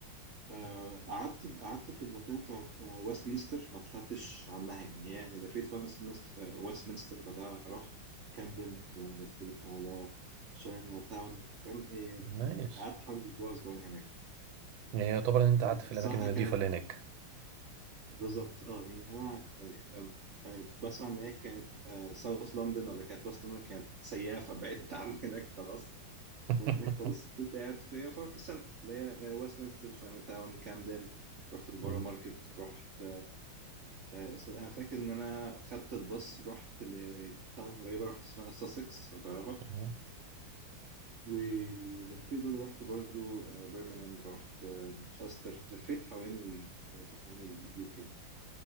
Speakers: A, on the right (about 45°); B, on the right (about 85°).
A: آه، قعدت قعدت في المنطقة بتاعت آه، ويستمنستر ما طلعتش عنها يعني هي لفيت ويستمنستر آه، ويستمنستر بعدها رحت كامدن لفيت على شاينا تاون فاهم إيه
B: نايس
A: م- قعدت حوالي أسبوع أسبوعين هناك
B: يعني يعتبر ان انت
A: فالصراحة
B: قعدت في الاماكن النظيفة
A: كانت
B: اللي هناك
A: بالظبط اه يعني أنا آه، آه، بسمع إن هي كانت ساوث لندن ولا كانت ويست لندن كانت سيئة فبعدت <laughs> عن هناك خلاص
B: <laughs>
A: من هناك خلاص فضلت قاعد في يعتبر في السنتر اللي هي ويستمنستر شاينا تاون كامدن رحت البورو
B: مم.
A: ماركت رحت آه، اسمها انا فاكر ان انا خدت الباص رحت لتاون قريبه رحت اسمها ساسكس لو تعرفها
B: مم.
A: ولفيت برضه رحت برضه برمنهام رحت آه، مانشستر لفيت حوالين ال... لفيت حوالين اليو كي